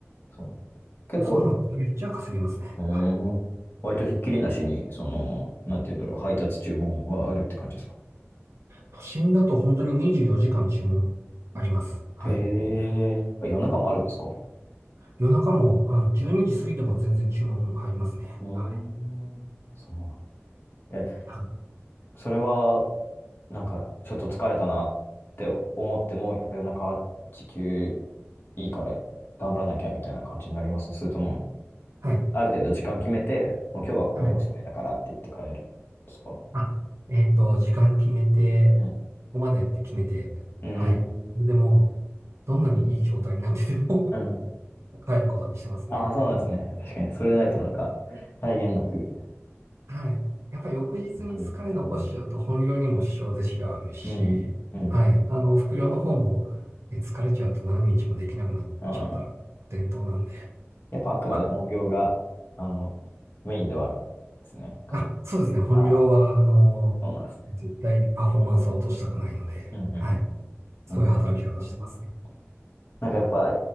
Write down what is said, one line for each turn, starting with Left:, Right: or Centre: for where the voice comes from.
Left: そう。結構、
Right: その方が稼げるっちゃ稼げますね。
Left: うーん。
Right: はい。
Left: 割とひっきりなしに、その、なんて言うんだろう、配達注文はあるって感じですか
Right: 都心だと本当に24時間注文あります。はい。
Left: へえ。あ、夜中もあるんですか
Right: 夜中も、あの、12時過ぎても全然注文入りますね。
Left: うー
Right: はい。
Left: ん。そうなん。え、
Right: あ
Left: それは、なんか、ちょっと疲れたなって思っても、やっぱ夜中、時給いいから頑張らなきゃみたいな感じになりますそれとも、
Right: はい。
Left: ある程度時間決めて、もう今日はここでおしまいだからって言って帰るんですか
Right: はい。あ、えっと、時間決めて、
Left: うん。
Right: ここまでって決めて、
Left: うーん。
Right: はい。それでもう、どんなにいい状態になってても
Left: うん。
Right: <laughs> 帰ることにしてますね。
Left: ああ、そうなんですね。
Right: は
Left: 確かに。それないとなんか、
Right: い
Left: 際限なく
Right: はい。やっぱり翌日に疲れ残しちゃうと本業にも支障出しちゃうし、
Left: 翌日。うん。うん。うん。
Right: はい。あの、副業の方も、ね、疲れちゃうと何日もできなくなっちゃったら、
Left: ああ。
Right: 伝統なんで。
Left: やっぱあくまで本業が、
Right: <laughs>
Left: あの、メインではあるですね。考え
Right: あ、そうですね。本業は、
Left: ああ、
Right: あの、
Left: そうなんですね。
Right: 絶対パフォーマンスは落としたくないので、
Left: うん。うん。
Right: はい。そういう働き方してますね。
Left: うんうんなんかやっぱ、